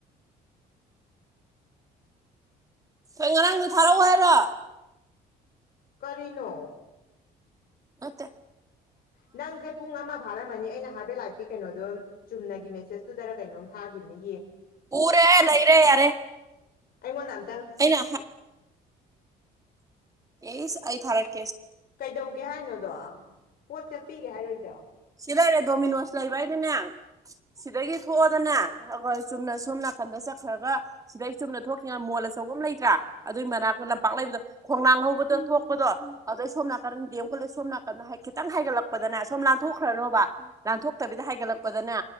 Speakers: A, on the right; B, on the left.
A: ꯍꯣꯏ ꯉꯔꯥꯡꯗꯣ ꯊꯥꯔꯛꯑꯣ ꯍꯥꯏꯔꯣ
B: ꯀꯔꯤꯅꯣ
A: ꯅꯠꯇꯦ
B: ꯅꯪꯁꯦ ꯄꯨꯡ ꯑꯃ ꯐꯥꯔꯝꯃꯅꯤ ꯑꯩꯅ ꯍꯥꯏ ꯕꯦꯜ ꯂꯥꯢꯐꯀꯤ ꯀꯩꯅꯣꯗꯣ ꯆꯨꯝꯅꯒꯤ ꯃꯦꯁꯦꯁꯇꯨꯗꯔ ꯀꯩꯅꯣꯝ ꯊꯥꯈꯤꯕꯅꯤ
A: ꯎꯔꯦꯍꯦ ꯂꯩꯔꯦ ꯌꯥꯔꯦ
B: ꯑꯩꯉꯣꯟꯗ ꯑꯝ
A: ꯑꯩꯅ ꯍꯥ ꯑꯦꯁ ꯑꯩ ꯊꯔꯛ
B: ꯀꯩꯗꯧꯒꯦ ꯍꯥꯏꯅꯣꯗꯣ ꯄꯣꯠ ꯀꯛꯄꯤꯒꯦ ꯍꯥꯏꯔꯣ ꯏꯖꯧ
A: ꯁꯤ ꯂꯩꯔꯦ ꯗꯣꯃꯤꯅꯣꯁ ꯂꯩꯕ ꯍꯥꯏꯗꯤꯅꯦ ꯁꯤꯗꯒꯤ ꯊꯣꯛꯑꯣꯗꯅꯦ ꯑꯩꯈꯣꯏ ꯆꯨꯝꯅ ꯁꯣꯝ ꯅ ꯈꯟꯗ ꯆꯠꯈ꯭ꯔꯒ ꯁꯤꯗꯩ ꯆꯨꯝꯅ ꯊꯣꯛꯈꯤꯕ ꯃꯣꯜ ꯑꯆꯧꯕ ꯑꯃ ꯂꯩꯇ꯭ꯔꯥ ꯑꯗꯨꯏ ꯃꯅꯥꯛꯇ ꯂꯝꯄꯥꯛ ꯂꯩꯕꯗꯣ ꯈꯣꯡꯅꯥꯡ ꯥꯍꯥꯡꯍꯧꯕꯗꯣ ꯊꯣꯛꯄꯗꯣ ꯑꯗꯣ ꯁꯣꯝ ꯅꯥꯀꯟ ꯗꯤ ꯑꯦꯝ ꯀꯣꯂꯦꯁ ꯁꯣꯝ ꯅꯥꯀꯟꯗ ꯍꯥꯏ ꯈꯤꯇꯪ ꯍꯥꯏꯒꯠꯂꯛꯄꯗꯅ ꯁꯣꯝ ꯂꯥꯟ ꯊꯣꯛꯈ꯭ꯔꯅꯣꯕ ꯂꯥꯟꯊꯣꯛꯇꯕꯤꯗ ꯍꯥꯏꯒꯠꯂꯛꯄꯗꯅꯦ